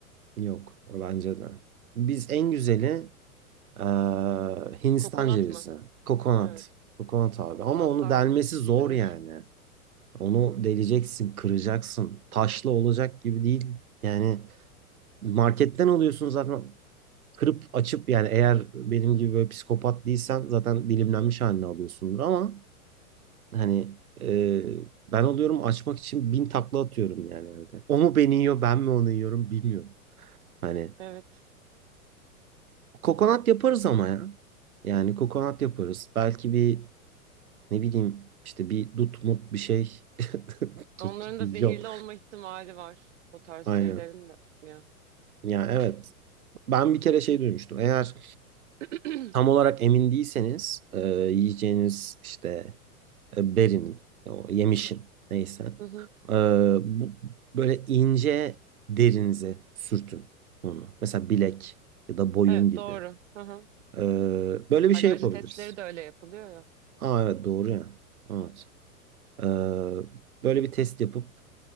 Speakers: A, on the right; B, on the right.
A: Yok bence de. Biz en güzeli eee, Hindistan
B: Kokonat
A: cevizi.
B: mı?
A: Kokonat.
B: Evet.
A: Kokonat abi.
B: Kokonattan
A: Ama onu delmesi zor
B: gidilir.
A: yani. Onu deleceksin, kıracaksın. Taşlı olacak gibi değil. Yani marketten alıyorsun zaten kırıp açıp yani eğer benim gibi böyle psikopat değilsen zaten dilimlenmiş halini alıyorsundur ama Hani e, ben oluyorum açmak için bin takla atıyorum yani evde. O mu beni yiyor ben mi onu yiyorum bilmiyorum. Hani
B: Evet.
A: kokonat yaparız ama ya. Yani kokonat yaparız. Belki bir ne bileyim işte bir dut mut bir şey. <laughs> Tut
B: Onların da
A: vizyon.
B: zehirli olma ihtimali var. O tarz
A: Aynen.
B: şeylerin de. Ya.
A: Ya evet. Ben bir kere şey duymuştum. Eğer
B: <clears throat>
A: tam olarak emin değilseniz e, yiyeceğiniz işte e, berinin, o yemişin neyse.
B: Hı hı.
A: Ee, bu, böyle ince derinize sürtün onu. Mesela bilek ya da boyun
B: Evet
A: gibi.
B: doğru. Hı hı.
A: Ee, böyle bir
B: Alerji
A: şey yapabiliriz.
B: testleri de öyle yapılıyor ya.
A: Aa evet doğru ya. Evet. Ee, böyle bir test yapıp